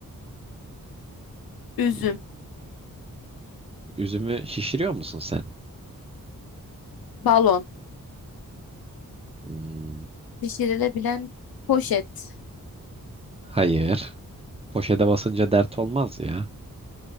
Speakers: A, on the left; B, on the right.
A: Üzüm,
B: Hmm. Üzümü şişiriyor musun sen?
A: balon,
B: Hmm,
A: şişirilebilen poşet,
B: Hayır. Poşete basınca dert olmaz ya.